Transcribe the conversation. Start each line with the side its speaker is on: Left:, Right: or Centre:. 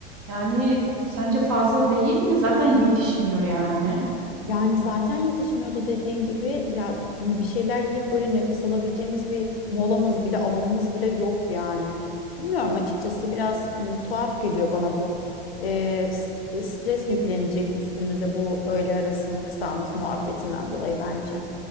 Right: Yani sence fazla değil mi? Zaten yetişmiyor yani.
Left: Yani zaten yetişmiyordu dediğin gibi ya hani bir şeyler yiyip böyle nefes alabileceğimiz bir molamız bile alanımız bile yok yani. Bilmiyorum açıkçası biraz m, tuhaf geliyor bana bu. E, st- stres yüklenecek üstümüze bu öğle arasının kısalması muhabbetinden dolayı bence.